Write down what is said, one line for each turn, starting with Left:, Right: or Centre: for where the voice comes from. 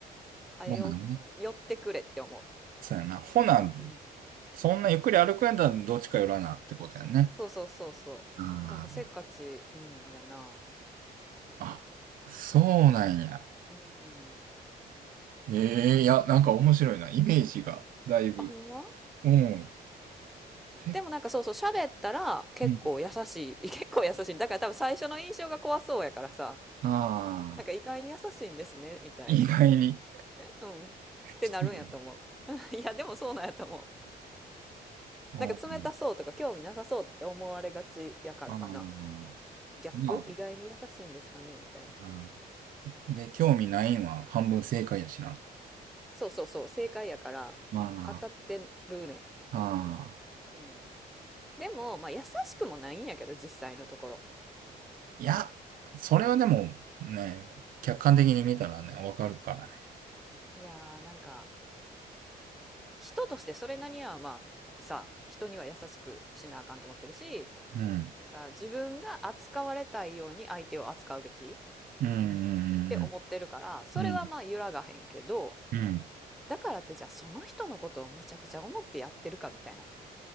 Centre: 早よ寄ってくれって思
Right: そうなのね。そうやな。ほな、
Centre: う。うん。
Right: そんなゆっくり歩くんやったらどっちか寄らなってことやね。
Centre: そうそうそうそう。
Right: あー
Centre: なんかせっかち、うん、やな。
Right: あ、そうなんや。
Centre: うん。
Right: ええいや、なんか面白いな。イメージが、だいぶ。
Centre: あ、ほんま
Right: うん。せ
Centre: でもなんかそうそう、喋ったら結構優しい。
Right: うん。
Centre: <laughs> 結構優しい。だから多分最初の印象が怖そうやからさ、
Right: ああ、
Centre: なんか意外に優しいんですね、みたいな。
Right: 意外に。
Centre: うん。ってなるんやと思う。
Right: 失礼。
Centre: <laughs> いや、でもそうなんやと思う。
Right: うん。
Centre: なんか冷たそうとか興味なさそうって思われがちやからかな。
Right: ああ、
Centre: ギャップ意外に優しいんですかねみたいな。
Right: まあ、あーで、興味ないんは半分正解やしな。
Centre: そうそうそう、正解やから当たってるね
Right: ああ、ああ。
Centre: ん。うん。でも、まあ優しくもないんやけど、実際のところ。
Right: いや、それはでもね、客観的に見たらね、わかるからね。
Centre: いやーなんか人としてそれなりにはまあさ人には優しくしなあかんと思ってるし
Right: うん。
Centre: なんか自分が扱われたいように相手を扱うべきっ
Right: うん、う
Centre: て思ってるからそれはまあ揺らがへんけど
Right: ん、うん、うん。うんうん、
Centre: だからってじゃあその人のことをめちゃくちゃ思ってやってるかみたいなっ